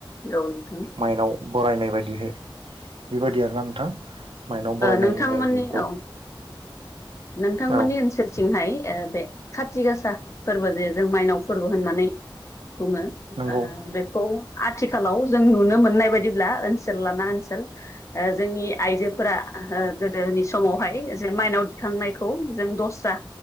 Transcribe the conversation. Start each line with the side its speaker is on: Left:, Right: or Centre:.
Left: औ नोंथां
Right: माइनाव बरायनाय बायदिहै बेबायदि आरोना नोंथां माइनाव बरायनाय
Left: नोंथांमोननि
Right: होनजायो बेखौ
Left: औ नोंथांमोननि
Right: औ
Left: ओनसोल थिंहाय ओ बे खाथि गासा फोरबो जे जों माइनाव फोरबो होननानै बुङो
Right: नंगौ
Left: आ बेखौ आथिखालाव जों नुनो मोननाय बायदिब्ला ओनसोल लाना ओनसोल जोंनि आइजोफोरा गोदोनि समावहाय जों माइनाव दिखांनायखौ जों दस्रा